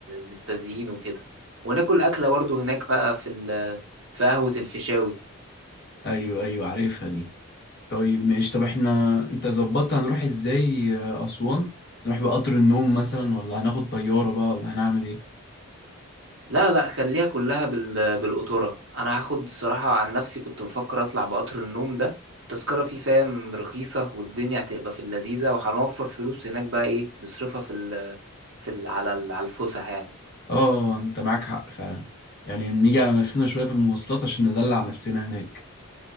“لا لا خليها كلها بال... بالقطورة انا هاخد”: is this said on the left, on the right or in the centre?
Right